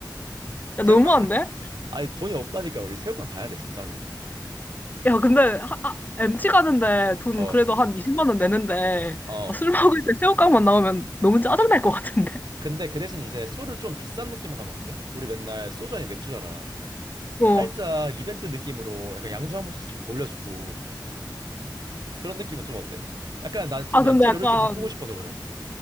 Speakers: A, on the left; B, on the right.
A: 야,
B: 새우깡
A: 너무한데?
B: <laughs> 아니 돈이 없다니까 우리 새우깡 가야 돼 진짜로.
A: 야, 근데 하, 아,
B: 음.
A: 엠 t 가는데 돈
B: 어.
A: 그래도 한 20만 원 내는데
B: 어.
A: 아, 술 먹을 때 새우깡만 나오면 너무 짜증날 것 같은데.
B: 근데 그 대신 이제 술을 좀 비싼 느낌으로 가면 어때? 우리 맨날 소주 아니 맥주잖아.
A: 어.
B: 살짝 이벤트 느낌으로 약간 양주 한 번씩 좀 돌려주고 그런 느낌은 좀 어때? 약간 나 좀
A: 아, 근데
B: MT
A: 약간
B: 룰을 좀 바꾸고 싶어서 그래.